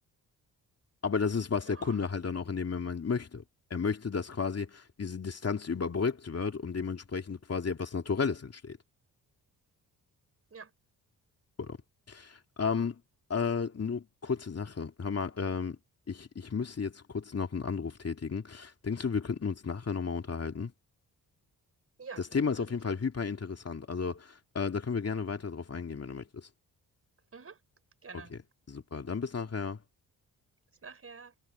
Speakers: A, on the left; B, on the right.
A: Aber das ist, was
B: Genau.
A: der Kunde halt dann auch in dem Moment möchte. Er möchte, dass quasi diese Distanz überbrückt wird und dementsprechend quasi etwas Naturelles entsteht.
B: Ja.
A: Oder? Ähm, äh, nur kurze Sache. Hör mal, ähm, ich, ich müsste jetzt kurz noch einen Anruf tätigen. Denkst du, wir könnten uns nachher nochmal unterhalten?
B: Ja,
A: Das
B: kann
A: Thema
B: man machen,
A: ist auf jeden
B: klar.
A: Fall hyper interessant. Also, äh, da können wir gerne weiter drauf eingehen, wenn du möchtest.
B: Mhm. Gerne.
A: Okay, super. Dann bis nachher.
B: Bis nachher.